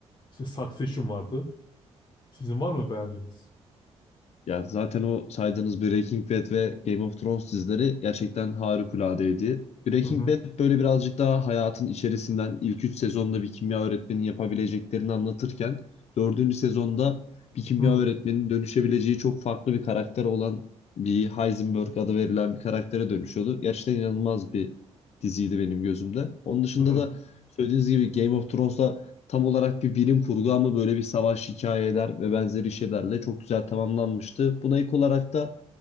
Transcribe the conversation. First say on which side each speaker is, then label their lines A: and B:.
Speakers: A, on the left (about 45°); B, on the left (about 65°).
A: işte Succession vardı. Sizin var mı beğendiğiniz?
B: Ya zaten o saydığınız Breaking Bad ve Game of Thrones dizileri gerçekten harikuladeydi. Breaking
A: Hı hı,
B: Bad böyle birazcık daha hayatın içerisinden ilk 3 sezonda bir kimya öğretmeninin yapabileceklerini anlatırken dördüncü sezonda bir kimya
A: hı
B: öğretmeninin dönüşebileceği çok farklı bir karakter olan bir Heisenberg adı verilen bir karaktere dönüşüyordu. Gerçekten inanılmaz bir diziydi benim gözümde. Onun dışında
A: hı,
B: da söylediğiniz gibi Game of Thrones'la tam olarak bir bilim kurgu ama böyle bir savaş hikayeler ve benzeri şeylerle çok güzel tamamlanmıştı. Buna ilk olarak da